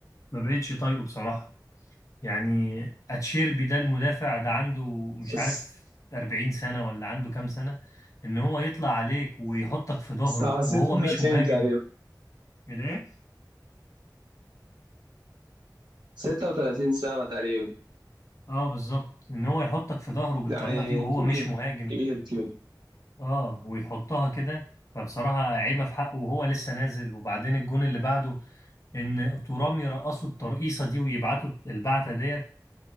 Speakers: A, on the left; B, on the right.
A: ما بقتش طايقه بصراحه يعني اتشيربي ده المدافع ده عنده مش
B: الس-
A: عارف 40 سنة ولا عنده كام سنة ان هو يطلع عليك ويحطك في ظهره
B: الساعة 36
A: وهو مش مهاجم
B: تقريبا
A: الايه
B: 36 سنة تقريبا
A: اه بالظبط ان هو يحطك في ظهره بالطريقة
B: يعني
A: دي وهو
B: كبير
A: مش مهاجم
B: كبير كبير
A: اه ويحطها كده فبصراحة عيبة في حقه وهو لسه نازل وبعدين الجون اللي بعده ان ترام يرقصوا الترقيصة دي ويبعتوا البعتة ديت